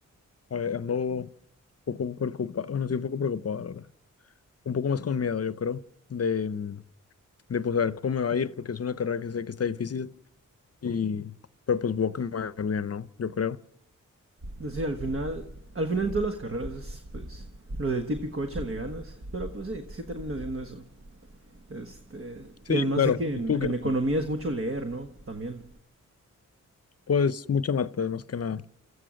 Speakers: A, on the left; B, on the right.
A: A ver, ando un poco preocupado, bueno, sí, un poco preocupado, la verdad. Un poco más con miedo, yo creo, de, mm, de pues a ver cómo me va a ir, porque es una carrera que sé que está difícil, y, pero pues voy que me va a ir bien, ¿no? Yo creo.
B: Pues Sí, al final... Al final en todas las carreras es pues lo del típico échale ganas. Pero pues sí, sí termino haciendo eso. Este,
A: Sí,
B: y además
A: claro.
B: sé que en,
A: ¿Y tú qué
B: en economía
A: tal?
B: es mucho leer, ¿no? También.
A: Pues mucha mata, más que nada.